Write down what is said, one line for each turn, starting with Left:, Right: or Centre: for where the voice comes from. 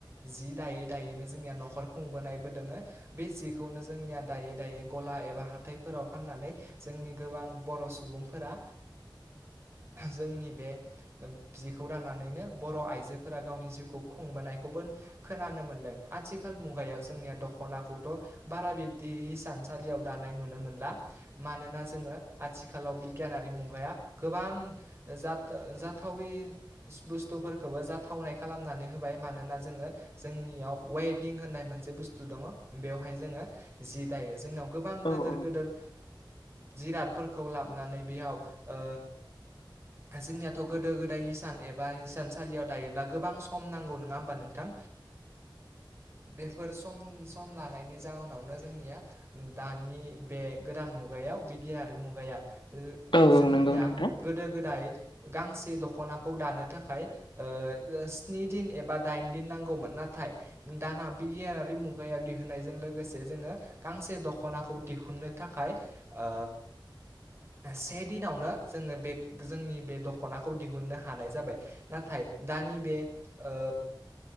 Right: जि दायै दायैनो जोंनिया नखर खुंबोनायबो दोङो बे जिखौनो जोंनिया दायै दायै गला एबा हाथाइफोराव फाननानै जोंनि गोबां बर सुबुंफोरा जोंनि बे जिखौ राननानैनो बर' आइजोफोरा गावनि जिउखौ खुंबोनायखौबो खोनानो मोन्दों आथिखाल मुगायाव जोंनिया दख दखनाखौथ' बारा बिब्दि हिसानसालियाव दानाय नुनो मोनला मानोना जोङो आ आथिखालाव बिगियानारि मुगाया गोबां जाथा जाथावै बुस थुफोरखौबो जाथावनाय खालामनानै होबाय मानोना जोङो जोंनियाव वेभिं होननाय मोनसे बुस्थु दङ बेयावहाय जोङो जि दायो जोंनाव गोबां
Left: औ
Right: गोदोर
Left: औ
Right: गोदोर जिरादफोरखौ लाबनानै बेयाव ओ जोंनियाथ गोदो- गोदाय हिसान एबा हि सानसालियाव दायोब्ला गोबां सम नांगौ नङा होमबा नोंथां बेफोर सम- सम लानायनि जाहोनावनो जोंनिया दानि बे गोदान मुगायाव बिगियारि मुगाया
Left: औ औ
Right: जोंनिया
Left: नंगौ नोंथां
Right: गोदो- गोदाय गांसे दखनाखौ दानो थाखाय ओ स्नि दिन एबा दाइन दिन नांगौमोन नाथाय दाना बिगियानारि मुगाया दिहुननायजों लोगोसे जोङो गांसे दखनाखौ दिहुननो थाखाय ओ से दिनावनो जोनो बे जोंनि बे दखनाखौ दिहुननो हानाय जाबाय नाथाय दानि बे ओ